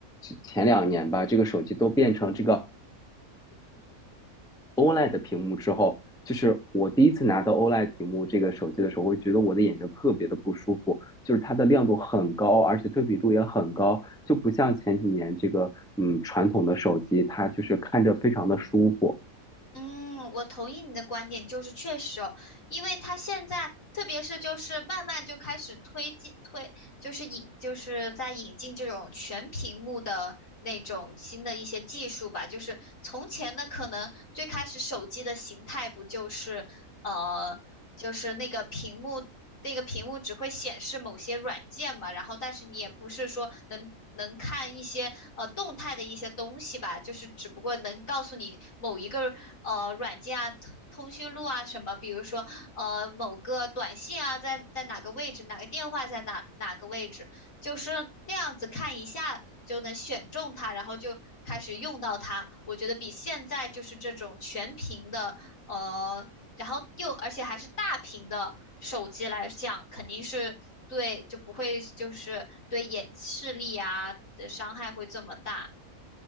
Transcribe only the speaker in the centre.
前两年吧，这个手机都变成这个 OLED 的屏幕之后，就是我第一次拿到 OLED 屏幕这个手机的时候，我会觉得我的眼睛特别的不舒服，就是它的亮度很高，而且对比度也很高，就不像前几年这个嗯传统的手机，它就是看着非常的舒服。